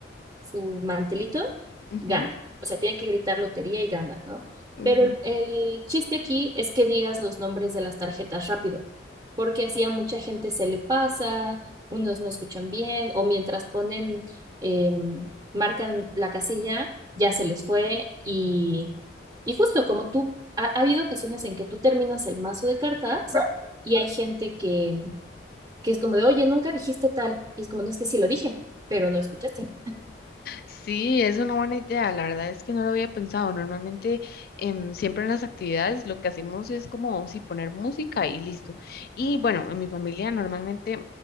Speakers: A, on the right; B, on the left.
A: su mantelito,
B: Ujú,
A: gana.
B: ujú,
A: O sea, tiene que gritar lotería y gana, ¿no?
B: ujú.
A: Pero el, el chiste aquí es que digas los nombres de las tarjetas rápido, porque así a mucha gente se le pasa, unos no escuchan bien, o mientras ponen, em, marcan la casilla, ya se les fue. Y, y justo como tú, ha, ha habido ocasiones en que tú terminas el mazo de cartas y hay gente que que es como de, oye, nunca dijiste tal. Y es como, no es que sí lo dije, pero no escuchaste.
B: Sí, es una buena idea. La verdad es que no lo había pensado. Normalmente, em, siempre en las actividades lo que hacemos es como si poner música y listo. Y bueno, en mi familia normalmente,